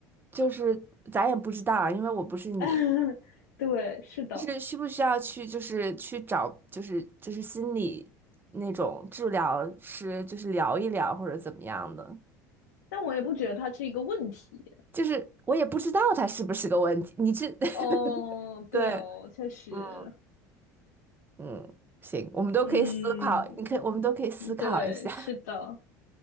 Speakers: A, on the right; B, on the left.
A: 就是咱也不知道啊，因为我不是你。
B: <laughs> 对，是的，
A: 就是需不需要去，就是去找，就是就是心理那种治疗师，就是聊一聊或者怎么样的？
B: 但我也不觉得它是一个问题。
A: 就是我也不知道他是不是个问题。你这
B: 哦，
A: <laughs>，对，
B: 对哦，确实，
A: 嗯嗯，行，我们都可以思考，
B: 嗯，
A: 你可以，我们都可以思考一下。
B: 对，是的